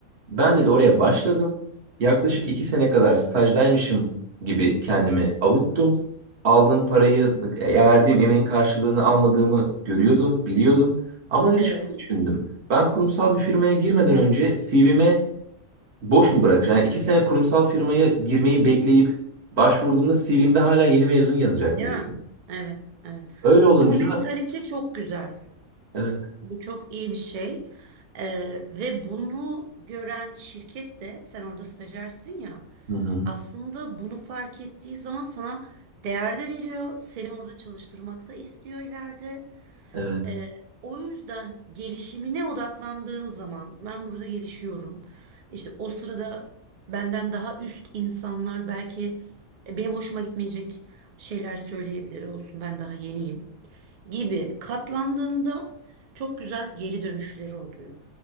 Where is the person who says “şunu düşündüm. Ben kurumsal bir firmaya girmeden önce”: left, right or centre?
Right